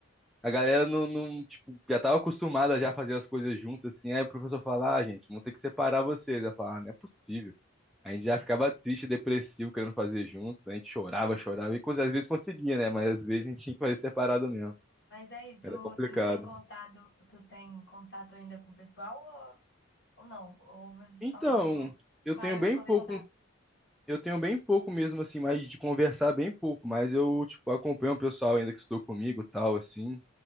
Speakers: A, in the centre; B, on the left.
A: a galera não, não, tipo, já tava acostumada já a fazer as coisas juntas, assim. Aí o professor falava, ah, gente, vão ter que separar vocês. Eu falava, ah, não é possível. A gente já ficava triste, depressivo, querendo fazer juntos. A gente chorava, chorava. E cons- às vezes conseguia, né? Mas às vezes a gente tinha que fazer separado mesmo.
B: Mas aí, tu,
A: Era complicado.
B: tu tem contato, tu tem contato ainda com o pessoal Ou não? Ou você
A: Então,
B: só Não.
A: eu
B: parou
A: tenho bem
B: de conversar?
A: pouco, eu tenho bem pouco mesmo, assim, mais de conversar bem pouco. Mas eu, tipo, acompanho o pessoal ainda que estudou comigo e tal, assim.